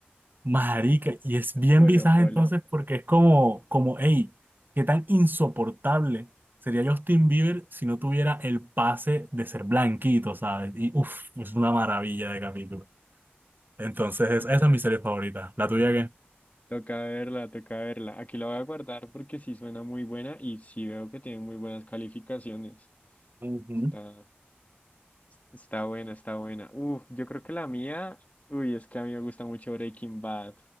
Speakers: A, on the right (about 55°); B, on the left (about 40°).
A: Marica, y es bien
B: Polo,
A: visaje
B: Polo.
A: entonces porque es como, como, hey, qué tan insoportable sería Justin Bieber si no tuviera el pase de ser blanquito, ¿sabes? Y uff, es una maravilla de capítulo. Entonces, es- esa es mi serie favorita. ¿La tuya qué?
B: Toca verla, toca verla. Aquí la voy a guardar porque sí suena muy buena y sí veo que tiene muy buenas calificaciones.
A: Ujú.
B: Está. Está buena, está buena. Uf, yo creo que la mía, uy, es que a mí me gusta mucho Breaking Bad,